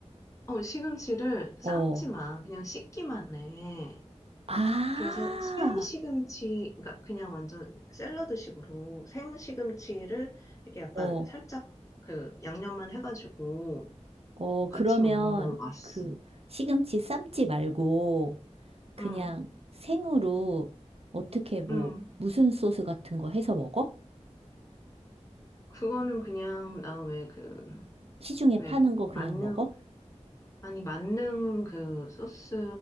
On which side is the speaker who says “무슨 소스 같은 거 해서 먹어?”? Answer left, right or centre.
Right